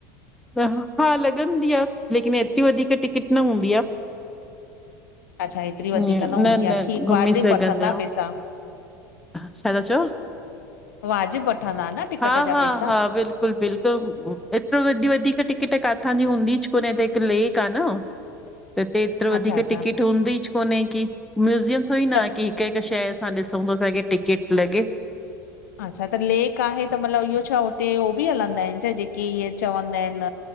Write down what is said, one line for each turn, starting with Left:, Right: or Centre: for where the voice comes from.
Centre: हा लॻंदी आ लेकिन एतिरी वधीक टिकट न हूंदी आ।
Left: अच्छा हेतिरी वधीक
Centre: न
Left: हूंदी
Centre: न
Left: आ ठीकु
Centre: घुमी
Left: वाजिब
Centre: सघंदा
Left: वठंदा
Centre: आहियो।
Left: पैसा
Centre: छा ता चओ
Left: वाजिब वठंदा न टिकट
Centre: हा
Left: जा
Centre: हा
Left: पैसा?
Centre: हा बिल्कुल बिल्कुल बिल्कुल एतिरो टिकट काथां जी हूंदी छो त हिक लेक आ न त हिते एतिरो
Left: अच्छा
Centre: वधीक
Left: अच्छा
Centre: टिकट डूंदीच कोन्हे कें म्यूज़ियम थोड़ी न
Left: त
Centre: की हिक हिक शहर असां ॾिसूं त असांखे टिकेट लॻे।
Left: अच्छा त लेक आहे त मतलब इहो छा हुते उह बि हलंदा आहिन छा जेके इहे चवंदा आहिन